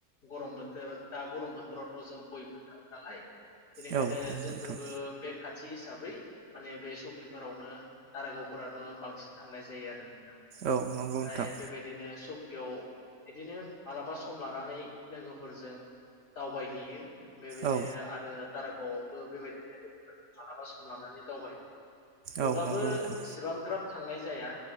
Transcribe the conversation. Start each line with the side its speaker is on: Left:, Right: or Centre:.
Left: गरम बोथोर दा गरम बोथोरावथ' जों बयबो थाङो नालाय बेनिखायनो
Right: औ नंगौ
Left: जोंफोरबो
Right: नोंथां
Left: बे खाथि खाथि हिसाबै माने बे सकिफोरावनो दारागावफोरानो बांसिन थांनाय जायो आरो नोंथाङा
Right: औ नंगौ
Left: ओमफ्राय
Right: नोंथां
Left: बेबायदिनो स बेयाव बिदिनो मालाबा सम लानानै लोगोफोरजों दावबायहैयो बेबायदिनो
Right: औ
Left: आरो दारागावआवबो बेबायदिनो लोगोफोरजों मालाबा सम लानानै दावबायायो थेवब्लाबो
Right: औ नंगौ नोंथां
Left: इसेबां ग्राब थांनाय जाया